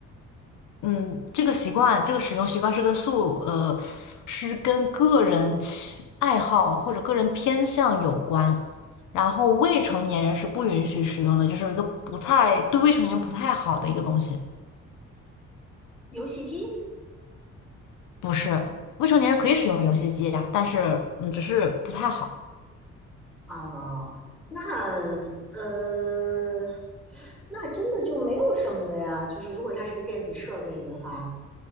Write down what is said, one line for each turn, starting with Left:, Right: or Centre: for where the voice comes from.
Left: 嗯，这个习惯，这个使用习惯是跟素，呃，是跟个人喜爱好或者个人偏向有关。然后未成年人是不允许使用的，就是一个不太，对未成年人不太好的一个东西。
Centre: 游戏机。
Left: 是未成年人可以使用游戏机呀，但是嗯，只是不太好。
Centre: 哦，那呃，那真的就没有什么了呀。就是如果它是个电子设备的话，